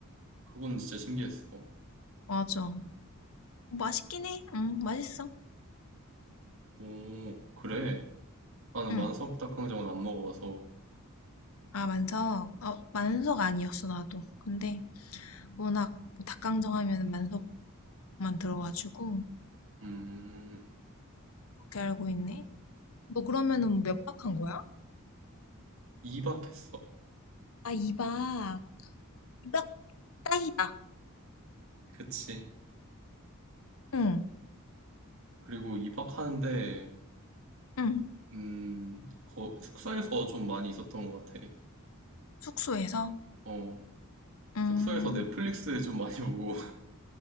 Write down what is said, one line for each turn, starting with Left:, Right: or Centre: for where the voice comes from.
Right: 그건 진짜 신기했어.
Left: 맞아. 맛있긴 해. 응, 맛있어.
Right: 오, 그래. 나는
Left: 응.
Right: 만석 닭강정은 안 먹어봐서.
Left: 아, 만석. 어, 만석 아니었어, 나도. 근데 워낙 뭐 닭강정 하면 만석만 들어가지고,
Right: 음,
Left: 그렇게 알고 있네. 너 그러면은 몇 박 한 거야?
Right: 이박했어.
Left: 아, 2박. 2박 딱이다.
Right: 그치.
Left: 응.
Right: 그리고 이박하는데,
Left: 응.
Right: 음, 거, 숙소에서 좀 많이 있었던 것 같아.
Left: 숙소에서?
Right: 어,
Left: 음.
Right: 숙소에서 넷플릭스 좀 많이 보고, <laughs>